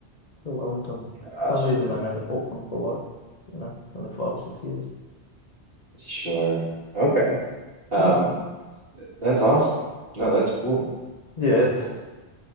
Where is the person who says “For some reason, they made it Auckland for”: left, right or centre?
Left